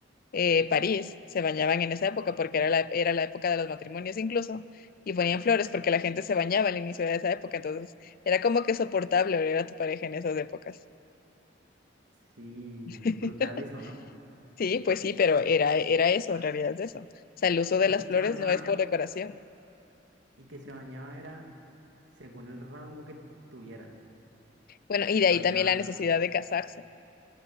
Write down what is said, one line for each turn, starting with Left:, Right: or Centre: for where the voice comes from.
Left: eh, París se bañaban en esa época porque era la, era la época de los matrimonios incluso, y ponían flores porque la gente se bañaba al inicio de esa época, entonces era como que soportable oler a tu pareja en esas épocas.
Right: Sí,
Left: <laughs>
Right: brutal eso, ¿no?
Left: Sí, pues sí, pero era, era eso, en realidad es eso. O sea, el uso de
Right: Y
Left: las
Right: que
Left: flores
Right: se bañaba,
Left: no es por decoración.
Right: y que se bañaba era según el rango que tuvieran.
Left: Bueno,
Right: Si
Left: y
Right: se
Left: de ahí
Right: bañaba,
Left: también la necesidad de casarse,